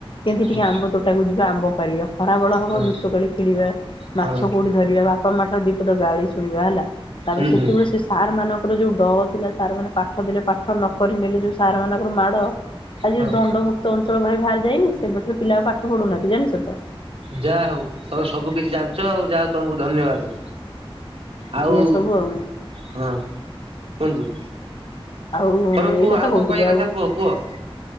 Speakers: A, on the left; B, on the right.
A: କେମିତି
B: ହଁ
A: ଟିକେ ଆମ୍ବ ତୋଟାକୁ ଯିବା ଆମ୍ବ ପାରିବା। ଖରା ବେଳ ହବ
B: ହଁ
A: ଲୁଚକାଳି ଖେଳିବା ମାଛ
B: ହଁ
A: କୋଠି ଧରିବା ବାପା ମାଠାରୁ ଦିପଦ ଗାଳି ଶୁଣିବା ହେଲା। ତାପରେ
B: ହୁଁ
A: ସେତେବେଳେ
B: ହୁଁ।
A: ସେ ସାର୍ ମାନଙ୍କର ଯୋଉ ଡର ଥିଲା ସାର୍ ମାନେ ପାଠ ଦେଲେ ପାଠ ନକରି ନେଲେ ଯୋଉ ସାର୍ ମାନଙ୍କର ମାଡ ଆଜି
B: ହଁ
A: ଦଣ୍ଡମୁକ୍ତ ତ ଅଞ୍ଚଳ ଭାଇ ବାହାର ଯାଇନି ସେବେଠାରୁ ପିଲା ଆଉ ପାଠ ପଢୁନାହାନ୍ତି ଜାଣଛ ତ।
B: ଯାହା ହଉ ତମେ ସବୁ କିିଛି ଜାଣିଛ ଆଉ ଯାହା ହଉ ତମକୁ ଧନ୍ୟବାଦ। ଆଉ
A: ଏଇଆ ସବୁ ଆଉ
B: ହଁ କୁହନ୍ତୁ।
A: ଆଉ
B: ତମେ କୁହ
A: ଏଇ କଥା
B: ଆଉ
A: କହୁଥିଲି
B: କଣ କହିବା
A: ଆଉ
B: କଥା କୁହ କୁହ।